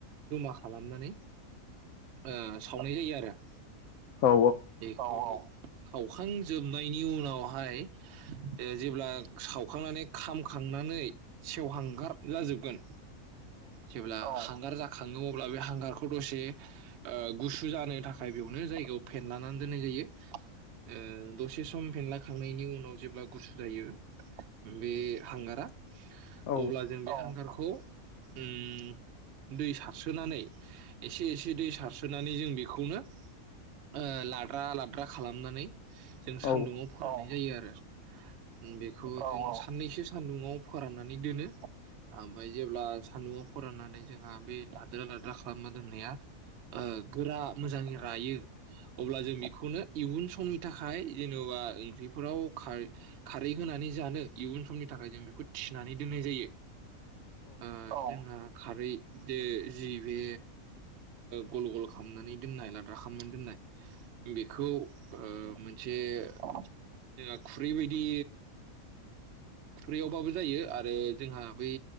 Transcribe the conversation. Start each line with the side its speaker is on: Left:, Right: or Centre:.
Right: जमा खालामनानै ओ सावनाय जायो आरो बा
Left: औ
Right: बेखौ औ औ सावखां जोबनायनि उनाव हाय जेब्ला सावखांनानै खामखांनानै सेवहांगार जाजोबगोन जेबोला हांगार जा खाङो अब्ला बे हांगारखौ दसे ओ गुसु जानो थाखाय बेयावनो जायगायाव फेनलानानै दोननाय जायो ओ दसे सम फेनला खांनायनि उनाव जेब्ला गुसु जायो बे हांगारा
Left: औ
Right: अब्ला जों बे हांगार खौ उम दै सारसोनानै एसे एसे दै सारसोनानै जों बेखौनो ओ लाद्रा लाद्रा खालामनानै जों
Left: औ
Right: सान्दुंङाव होननाय जायो आरो बेखौ <unintelligible> साननैसो सान्दुङाव फोराननानै दोनो ओमफ्राय जेब्ला सान्दुङआव फोराननानै जोंहा बे लाद्रा लाद्रा खालामना दोननाया गोरा मोजां रायो अब्ला जों बेखौनो इयुन समनि थाखाय जेनेबा ओंख्रिफोराव खा खारै होनानै जानो इयुन समनि थाखाय जों बेखौ थिनानै दोननाय जायो। <unintelligible> खारै जि बे गल गल खालामनानै दोननाय लाद्रा खालामनानै दोननाय बेखौ मोनसे जोंहा खुरै बदि खुरैयावबाबो जायो आरो जोंहा बै